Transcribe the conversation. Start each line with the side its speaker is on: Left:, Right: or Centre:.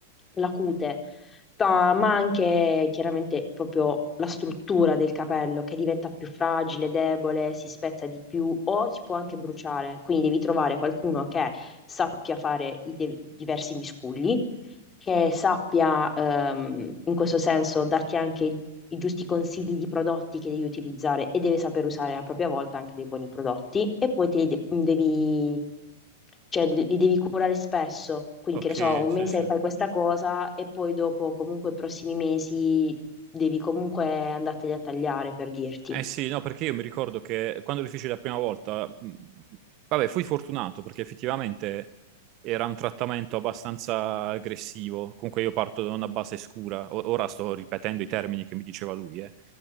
Left: la cute, ma, ma anche chiaramente proprio la struttura del capello che diventa più fragile, debole, si spezza di più o si può anche bruciare. Quindi devi trovare qualcuno che sappia fare i de- diversi miscugli che sappia ehm, in questo senso darti anche i, i giusti consigli di prodotti che devi utilizzare e deve saper usare a propria volta anche dei buoni prodotti e poi te li de- mm, devi, cioè, de- li devi curare spesso. Quindi,
Right: Ok,
Left: che ne so, un
Right: sì,
Left: mese
Right: sì.
Left: fai questa cosa e poi dopo, comunque, i prossimi mesi devi comunque andarteli a tagliare per dirti.
Right: Eh sì, no, perché io mi ricordo che quando lo feci la prima volta, mh, vabbè, fui fortunato perché effettivamente era un trattamento abbastanza aggressivo. Comunque io parto da una base scura, O- ora sto ripetendo i termini che mi diceva lui, eh.